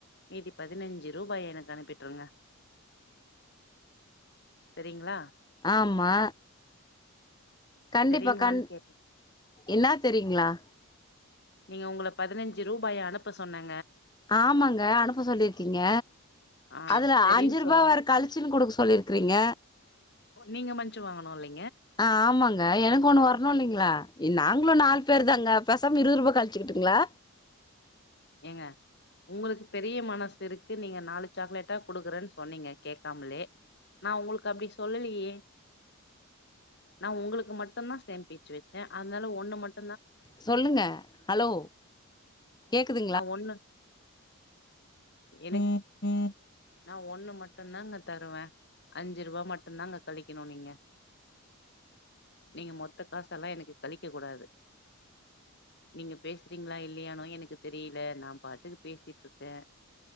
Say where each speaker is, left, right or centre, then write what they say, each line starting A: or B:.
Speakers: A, on the left; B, on the left.
A: மீதி பதினஞ்சு ரூபாய எனக்கு அனுப்பிட்டுருங்க சரிங்ளா
B: ஆமா கண்டிப்பா
A: சரிங்களான்னு
B: கண்
A: கேட்டே
B: என்னா தெரியுங்களா
A: நீங்க உங்கள பதினஞ்சு ரூபாய அனுப்ப சொன்னே
B: ஆமாங்க அனுப்ப சொல்லிருக்கீங்க
A: ஆ
B: அதுல
A: சரின்னு
B: அஞ்சு
A: சொல்லுங்க
B: ரூபா வேற கழிச்சுன்னு குடுக்க சொல்லிருக்குறீங்க
A: ஓ நீங்க மஞ்ச்சு வாங்கனுலிங்
B: ஆ ஆமாங்க எனக்கு ஒண்ணு வரணு இல்லிங்ளா இ நாங்களு நாலு பேர் தாங்க பேசாம இருபது ரூபா கழிச்சுக்குட்டுங்களா
A: ஏங்க உங்களுக்கு பெர் பெரிய மனசு இருக்கு நீங்க நாலு சாக்லேட்டா குடுக்குறன் சொன்னீங்க கேக்காமலே நா உங்களுக்கு அப்டி சொல்லிலியே நா உங்களுக்கு மட்டுதா சேம்பிச் வச்சே அதனால ஒண்ணு மட்டு
B: சொல்லுங்க ஹலோ கேக்குதுங்களா
A: நா ஒண்ணு எனக் நா ஒண்ணு மட்டும் தாங்க தருவன் அஞ்சு ரூபா மட்டும் தாங்க கழிக்கணும் நீங்க நீங்க மொத்த காச எல்லா எனக்கு கழிக்க கூடாது நீங்க பேசுறீங்களா இல்லையானு எனக்கு தெரில நா பாட்டுக்கு பேசிட்டு இருக்கன்